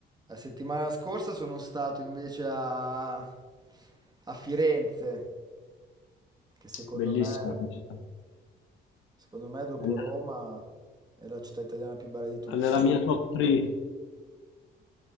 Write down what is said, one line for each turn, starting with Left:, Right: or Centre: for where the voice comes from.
Right: La settimana scorsa sono stato invece a, a Firenze, che secondo
Left: Bellissima
Right: me,
Left: città.
Right: secondo me dopo
Left: È ne-
Right: Roma è la città italiana più bella di tutte.
Left: è nella mia top 3.